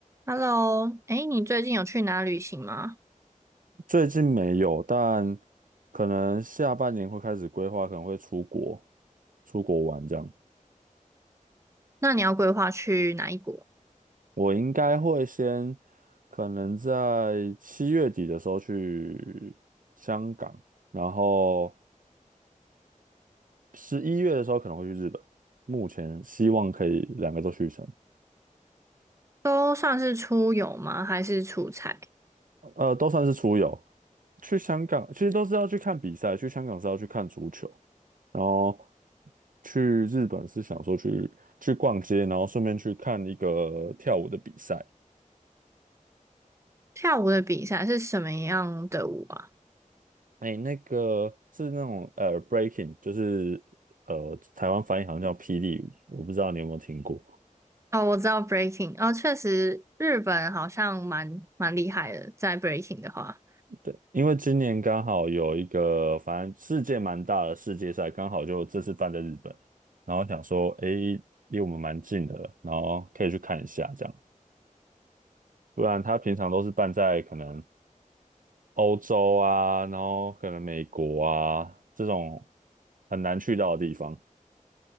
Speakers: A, on the right (about 20°); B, on the right (about 80°).
A: Hello，哎，你最近有去哪旅行吗？
B: 最近没有，但可能下半年会开始规划，可能会出国，出国玩这样。
A: 那你要规划去哪一国？
B: 我应该会先，可能在七月底的时候去香港，然后十一月的时候可能会去日本。目前希望可以两个都去成，
A: 都算是出游吗？还是出差？
B: 呃，都算是出游。去香港其实都是要去看比赛，去香港是要去看足球，然后去日本是想说去去逛街，然后顺便去看一个跳舞的比赛。
A: 跳舞的比赛是什么样的舞啊？
B: 哎，那个是那种呃 breaking，就是呃台湾翻译好像叫霹雳舞，我不知道你有没有听过。
A: 哦，我知道 breaking，哦，确实日本好像蛮蛮厉害的，在 breaking 的话，
B: 对，因为今年刚好有一个，反正世界蛮大的世界赛，刚好就这次办在日本，然后想说，诶，离我们蛮近的，然后可以去看一下这样。不然他平常都是办在可能欧洲啊，然后可能美国啊这种很难去到的地方，